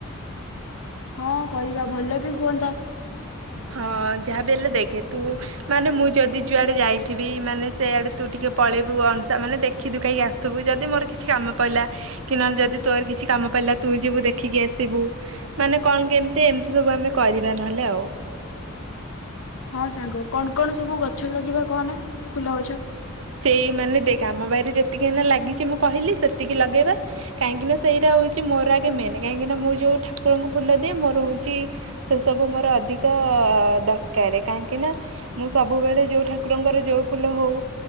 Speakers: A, on the left; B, on the right.
A: ହଁ କରିବା ଭଲ ବି ହୁଅନ୍ତା।
B: ହଁ ଯାହାବି ହେଲେ ଦେଖେ ତୁ ମାନେ ମୁଁ ଯଦି ଯୁଆଡେ ଯାଇଥିବି ମାନେ ସେଆଡ଼େ ତୁ ଟିକେ ପଳେଇବୁ ଅନ୍ସା ମାନେ ଦେଖି ଦୁଖାକି ଆ ତୁ ବି ଯଦି ମୋର୍ କିଛି କାମ ପଇଲା କି ନହେଲ୍ ଯଦି ତୋର୍ କିଛି କାମ ପାଇଲା ତୁ ଯିବୁ ଦେଖିକି ଆସିବୁ। ମାନେ କଣ କି ଏମିତି ଏମ୍ତି ସବୁ ଆମେ କରିବା ନହେଲେ ଆଉ।
A: ହଁ ସାଙ୍ଗ କଣ୍ କଣ ସବୁ ଗଛ ଲଗେଇିବା କହନା ଫୁଲ ଗଛ?
B: ସେଇ ମାନେ ଦେଖ ଆମ ବାରିରେ ଯେତିକି ଏଇନେ ଲାଗିଚି ମୁଁ କହିଲି ସେତିକି ଲଗେଇବା। କାହିଁକିନା ସେଇରା ହଉଛି ମୋର୍ ଆଗେ ମେନ୍। କାହିଁକିନା ମୁଁ ଯୋଉ ଠାକୁରଙ୍କୁ ଫୁଲ ଦିଏ ମୋର ହଉଚି ସେ ସବୁ ମୋର ଅଧିକ ଦରକାରେ। କାହିଁକିନା ମୁଁ ସବୁବେଳେ ଯୋଉ ଠାକୁରଙ୍କର ଯୋଉ ଫୁଲ ହଉ